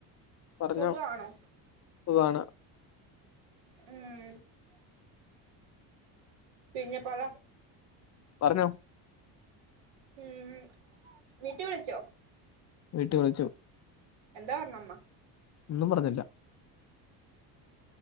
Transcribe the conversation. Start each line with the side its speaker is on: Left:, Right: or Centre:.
Left: പറഞ്ഞോ
Right: സുഖമാണോ
Left: സുഖാണ്
Right: ഉം പിഞ്ഞെ പറ
Left: പറഞ്ഞോ
Right: ഉം വീട്ടി വിളിച്ചോ
Left: വീട്ടി വിളിച്ചു
Right: എന്താ പറഞ്ഞമ്മാ
Left: ഒന്നും പറഞ്ഞില്ല